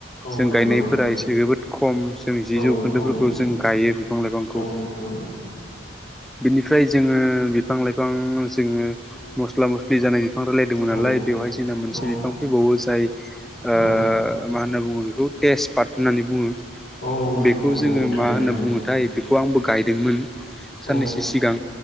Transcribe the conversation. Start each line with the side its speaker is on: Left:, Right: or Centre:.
Left: औ
Centre: जों
Left: नंगौ
Centre: गायनायफोरा एसे जोबोद खम जों जि
Left: औखौ
Centre: जौखोन्दोफोरखौ
Left: औ
Centre: जों गायो बिफां लाइफांखौ
Left: औ नंगौ
Centre: बिनिफ्राय जोङो बिफां लाइफां जोङो मस्ला मस्लि जानाय बिफां रायलायदोंमोन
Left: औ
Centre: नालाय बेवहाय जोंना मोनसे
Left: औ
Centre: बिफां फैबावो जाय ओ
Left: औ
Centre: मा होनना बुङो टेजपात होननानै बुङो
Left: औ नंगौ
Centre: बेखौ जोङो
Left: औ थारैनो
Centre: मा होनना बुङोथाय खौ आंबो गायदोंमोन
Left: औ
Centre: साननैसो सिगां